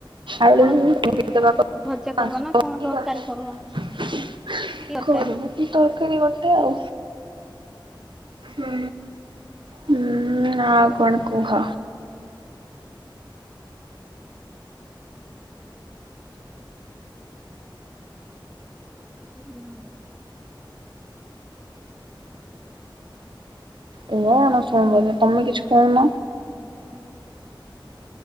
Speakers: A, in the centre; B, on the right.
A: କଣ
B: ଆଳୁ <unintelligible>
A: ଭଜା କରବା ନା କଣ ତରକାରୀ କରବା କି ତରକାରୀ
B: କରିବୁ କି ତରକାରୀ ଗୋଟେ ଆଉ। ହୁଁ ହୁଁ ଆଉ କଣ କୁହ?
A: <unintelligible>
B: <unintelligible> ତମେ କିଛି କହୁନ?
A: <unintelligible>